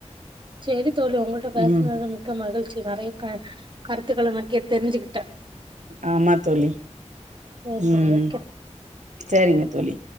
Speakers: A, on the right; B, on the right.
A: சேரி தோழி உங்களிட்ட பேசினதா
B: ம்
A: மிக்க மகிழ்ச்சி நெறய கா கருத்துக்களை முக்கியா தெரிஞ்சுக்கிட்டே
B: ஆமா தோழி
A: சரி
B: ம்
A: தோழி வைக்கிறேன்.
B: சேரிங்க தோழி